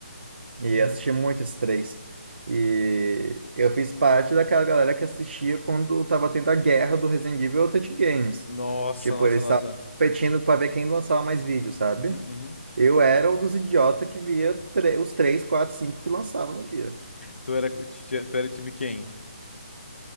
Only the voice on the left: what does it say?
Nossa,
nossa,
nossa.
Uhum, uhum.
Tu era, cu- ti- tu era time quem?